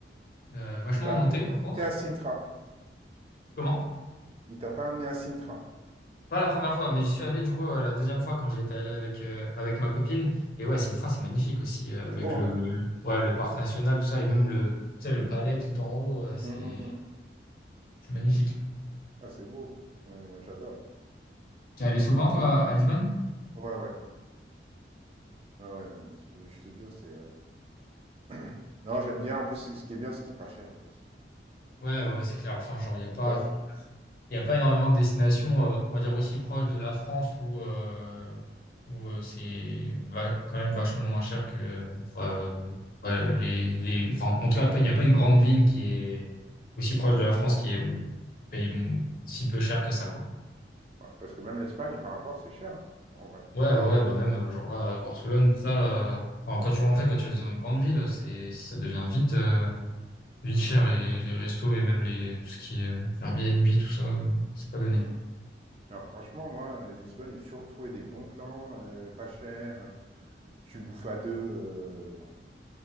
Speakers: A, on the left; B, on the right.
A: euh, vachement
B: Et t'as
A: en montée,
B: et t'as
A: par contre.
B: pas à Sintra.
A: Comment?
B: Il t'a pas amené à Sintra.
A: Pas la première fois, mais j'y suis allé du coup euh, la deuxième fois quand j'étais allé avec, euh, avec ma copine. Et ouais, Sintra, c'est magnifique aussi, euh, avec
B: C'est beau,
A: le,
B: hein?
A: le- ouais, le parc national, tout ça, et même le, tu sais, le palais tout en haut, euh, c'est
B: Hum, hum, hum.
A: c'est magnifique.
B: Ah, c'est beau. Ouais, moi, j'adore.
A: Tu es allé souvent, toi, à Lisbonne?
B: Ouais, ouais. Ouais, ouais, non, je, je te jure, c'est. euh, <clears throat> Non, j'aime bien. En plus, ce qui est bien, c'est que c'est pas cher en plus.
A: Ouais, ouais, c'est clair. Enfin, genre, il a pas.
B: C'est pas ch-
A: Il n'y a pas énormément de destinations, euh, on va dire, aussi proches de la France où, euh, où euh, c'est va- quand même vachement moins cher que euh, euh, ouais, les, les... enfin, en tout cas, pas- il n'y a pas une grande ville qui est aussi proche de la France qui est où paye mm, si peu cher que ça, quoi.
B: ouais, parce que même l'Espagne, par rapport, c'est cher, hein, en vrai.
A: Ouais, ouais, ouais, bah même, euh, genre là, à Barcelone, ça... euh, enfin, quand tu vas, en fait, quand tu vas dans une grande ville, c'est, ça devient vite, euh, vite
B: Mm,
A: cher, les, les restos et même les, tout ce qui est euh, Airbnb, tout ça, euh, c'est pas donné.
B: mm, mm. Alors, franchement, moi, euh, Lisbonne, j'ai toujours trouvé des bons plans, euh, pas cher. euh, tu bouffes à deux euh,